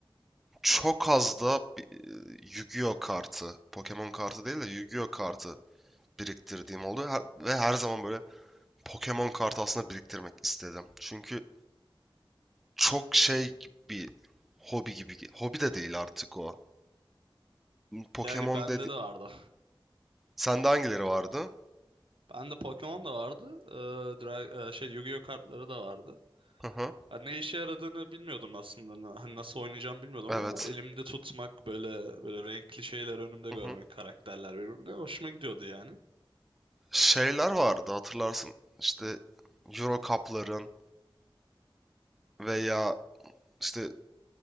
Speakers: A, in the centre; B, on the right.
A: çok az da bi- e, Yu-Gi-Oh kartı. Pokemon kartı değil de Yu-Gi-Oh kartı biriktirdiğim oldu. Her- ve her zaman böyle Pokemon kartı aslında biriktirmek istedim. Çünkü çok şey gibi hobi gibi. Hobi de değil artık o. Pokemon
B: Yani bende
A: dedi.
B: de vardı.
A: Sende hangileri vardı?
B: <laughs> Bende Pokemon da vardı. Ee, Dra- e, şey Yu-Gi-Oh kartları da vardı.
A: Hı hı.
B: Ha, ne işe yaradığını bilmiyordum aslında. Na- Hani nasıl oynayacağımı bilmiyordum
A: Evet.
B: ama elimde tutmak böyle böyle renkli şeyler önümde görmek
A: Hı hı.
B: karakterler birbirine hoşuma gidiyordu yani.
A: şeyler vardı hatırlarsın. İşte Euro Cup'ların veya işte